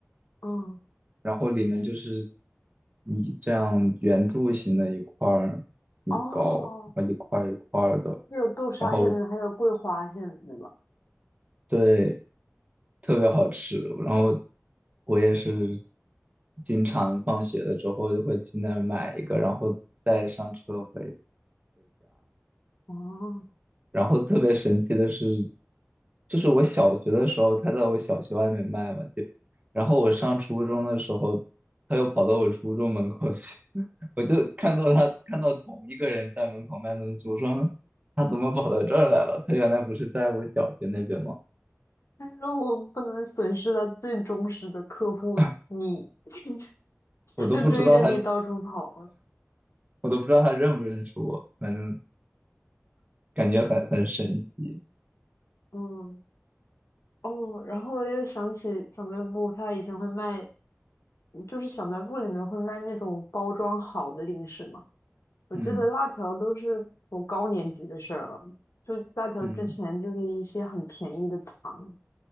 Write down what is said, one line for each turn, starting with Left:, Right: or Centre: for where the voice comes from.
Left: 嗯，
Right: 然后里面就是你这样圆柱形的一块儿米糕，
Left: 哦，
Right: 然后一块儿一块儿的，
Left: 还有豆沙馅的，
Right: 然后
Left: 还有桂花馅的，对吧？
Right: 对，特别好吃。然后我也是经常放学了之后就会去那儿买一个，然后再上车回。
Left: 哦，
Right: 然后特别神奇的是，就是我小学的时候，他在我小学外面卖嘛，就然后我上初中的时候，他又跑到我初中门口去，<laughs> 我就看到他看到同一个人在门口卖东西，我说他怎么跑到这儿来了？他原来不是在我小学那边吗？
Left: 但是我不能损失了最忠实的客户，
Right: <laughs>
Left: 你 <laughs>
Right: 我都不知道他，
Left: 就追着你到处跑啊
Right: 我都不知道他认不认识我，反正感觉很很神奇。
Left: 嗯，哦，然后我又想起小卖部，它以前会卖，就是小卖部里面会卖那种包装好的零食嘛。我记得辣条都是我高年级的事儿了，
Right: 嗯
Left: 就辣条之前就是一些很便宜的糖，
Right: 嗯